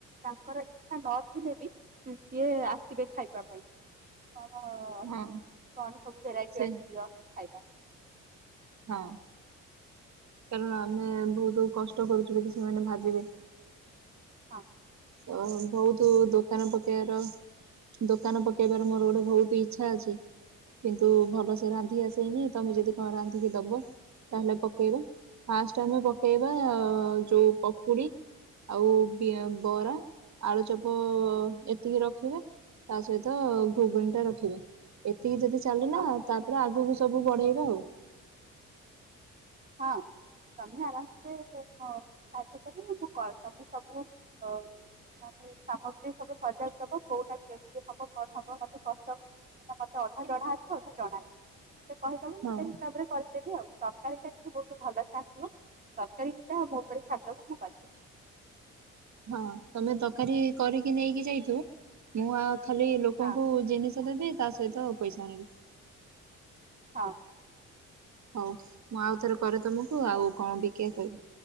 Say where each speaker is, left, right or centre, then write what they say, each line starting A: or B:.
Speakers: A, on the right (about 20°); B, on the right (about 45°).
A: ତାଙ୍କର ଇଚ୍ଛା ନଥିଲେ ବି ସିଏ ଆସିବେ ଖାଇବା ପାଇଁ। କଣ ଅଛି
B: ହଁ
A: କଣ ସବୁ ଭେରାଇଟି
B: ସେ
A: ଅଛି ଦିଅ ଖାଇବା।
B: ହଁ। କାରଣ ଆମେ ବହୁତ କଷ୍ଟ କରୁଛୁ ବୋଲି ସେମାନେ ଭାବିବେ।
A: ହଁ
B: ଅ ବହୁତ ଦୋକାନ ପକେଇବାର ଦୋକାନ ପକେଇବାରେ ମୋର ଗୋଟେ ବହୁତ ଇଚ୍ଛା ଅଛି। କିନ୍ତୁ ଭଲସେ ରାନ୍ଧି ଆସେଇନି ତମେ ଯଦି କଣ ରାନ୍ଧିକି ଦବ। ତାହେଲେ ପକେଇବା ଫାଷ୍ଟ ଆମେ ପକେଇବା ଯୋଉ ପକୁଡି ଆଉ ବି ବରା ଆଳୁଚପ ଏତିକି ରଖିବା। ତା ସହିତ ଘୁଗୁନି ଟା ରଖିବା। ଏତିକି ଯଦି ଚାଲିଲ
A: ହଁ
B: ତାପରେ ଆଗକୁ ସବୁ ବଢେଇବା ଆଉ।
A: ହଁ ସନ୍ଧ୍ୟା ରାସ୍ତେ <unintelligible> ଚାଷ କର ମୁଁ କଣ ତମେ ସବୁ ଅ ମାନେ ସାମଗ୍ରୀ ସବୁ ସଜାଇ ଦବ କୋଉଟା କେମିତି ହବ କଣ ହବ ମତେ କହିଦବ। ତେ ଅଧା ଜଢା ଅଛ ଅଧା ଜଡା ନାହିଁ ମତେ କହିଦବ ମୁଁ
B: ହଁ
A: ସେଇ ହିସାବରେ କରିଦେବି ଆଉ ତରକାରୀ କିନ୍ତୁ ବହୁତ ଭଲ ଚାସିବ ତରକାରୀଟ ମୋ ଉପରେ ଛାତକୁ ମୁଁ ପାଛି।
B: ହଁ ତମେ ତରକାରୀ କରିକି ନେଇକି ଯାଇଥିବ ମୁଁ ଆଉ। ଖାଲି ଲୋକଙ୍କୁ
A: ହଁ
B: ଜିନିଷ ଦେବି ତା ସହିତ ପଇସା ଆଣିବି।
A: ହଁ।
B: ହଉ ମୁଁ ଆଉ ଥରେ କରେ ତମକୁ ଆଉ କଣ ବିକିଆ କହିବି।